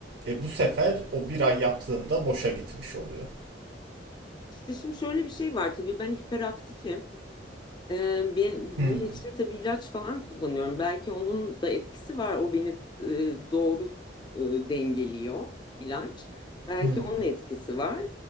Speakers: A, on the right (about 60°); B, on the left (about 25°).
A: E bu sefer o bir ay yaptığımda boşa gitmiş oluyor.
B: işte şimdi şöyle bir şey var tabii ben hiperaktifim. Ee, be- bunun
A: Hmm,
B: için tabii ilaç falan kullanıyorum. Belki onun da etkisi var. O beni e, doğru e, dengeliyor ilaç. Belki
A: hmm.
B: onun etkisi var.